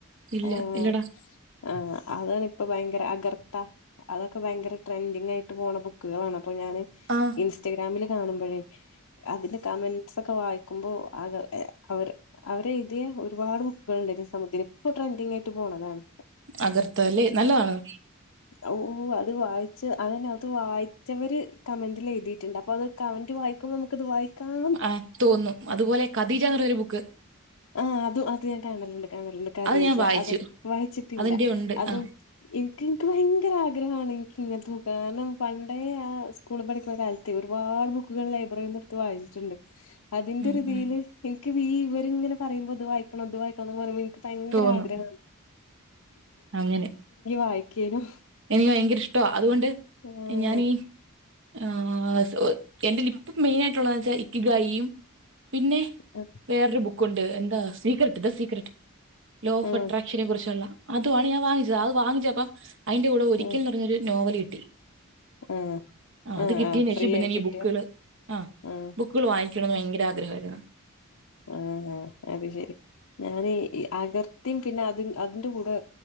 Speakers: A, on the right; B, on the left.
A: ഇല്ല
B: ആഹ്
A: ഇല്ലടാ
B: ആഹ് അതാണ് ഇപ്പൊ ഭയങ്കര അഗർത്ത. അതൊക്കെ ഭയങ്കര ട്രെൻഡിങ് ആയിട്ട് പോണ ബുക്കുകളാണ് അപ്പൊ ഞാന്
A: ആഹ്
B: ഇൻസ്റ്റഗ്രാമില് കാണുമ്പഴേ അതില് കമന്റ്സ്ക്കെ വായിക്കുമ്പോ ആകെ അഹ് അവര് അവരെ എഴുതി ഒരുപാട് ബുക്കുകൾണ്ട് സമ ഇപ്പൊ ട്രെൻഡിങ് ആയിട്ട് പോണതാണ്.
A: അഗർത്തൊവല്ലേ നല്ലതാണോ
B: ഔ അത് വായിച്ച് അതിന്നകത്ത് വായിച്ചവര് കമന്റിലെഴുതീട്ടിണ്ട്. അപ്പൊ അത് കമന്റ് വായിക്കുമ്പോ നമക്കത് വായിക്കാം.
A: ആഹ് തോന്നും അതുപോലെ കദീജാന്ന് പറയുന്നൊരു ബുക്ക്.
B: ആഹ് അതും അത് ഞാൻ കാണലുണ്ട് കാണലുണ്ട് കദിജ
A: അത് ഞാൻ വായിച്ചു
B: അത് വായിച്ചിട്ടില്ല.
A: അതിന്റെ ഉണ്ട്
B: അതും
A: ആഹ്
B: ഇൻക്ക് ഇൻക്ക് ഭയങ്കര ആഗ്രഹമാണ് ഇൻക്ക്ങ്ങനെ ബുക്കള് കാരണം പണ്ടേ ആഹ് സ് കൂള് പഠിക്ക്ന്ന കാലത്തെ ഒരുപാട് ബുക്കുകൾ ലൈബ്രറിയിന്ന് എട് ത്ത് വായിച്ചിട്ടുണ്ട് അതിന്റെ
A: ഉം
B: ഒരുതീൽ
A: ഉം
B: ഇൻക്ക് ഈ ഇവരി ഇങ്ങനെ പറയുമ്പോ ഇത് വായിക്കണം ഇത് വായിക്കണം ന്ന് പറയുമ്പം ഇൻ ഭയങ്കര
A: തോന്നും
B: ആഗ്രഹാണ്
A: അങ്ങനെ
B: വായിക്കേനു
A: എനിക്ക് ഭയങ്കര ഇഷ്ടവാ അതുകൊണ്ട്
B: ആ
A: ഞാനീ ആഹ് എന്റെയ്ല് ഇപ്പം മെയിനാ യിട്ടുള്ളത വെച്ചാ ഇക്ക് ഗയും പിന്നെ
B: ആഹ്
A: വേറൊരു ബുക്കുണ്ട് എന്താ സീക്രറ്റ് ത സീക്രറ്റ് ലോ ഓഫ്
B: ഉം
A: അട്രാക്ഷനെ കുറിച്ചുള്ള അതോ അത് ഞാൻ വാങ്ങിച്ചതാ അത് വാങ്ങിച്ചപ്പം അയിന്റെ കൂടെ ഒരിക്കൽ
B: ഉം
A: ന്ന് പറഞ്ഞൊരു നോവൽ കിട്ടി
B: ഉം
A: ആഹ് അത്
B: ഉം
A: കിട്ടെയ്ന്
B: ആ
A: ശേഷം
B: ഫ്രീ
A: പിന്നെ
B: ആയിട്ട്
A: ആണീ
B: കിട്ടിയ
A: ബുക്കള് ആഹ്
B: ഉം
A: ബുക്കുകൾ വായിക്കണം ന്ന് ഭയങ്കര ആഗ്രഹായിരുന്നു
B: ആഹ് അത് ശരി ഞാനെ ഈ അകർത്തിം പിന്നെ അതി അതിന്റെ കൂടെ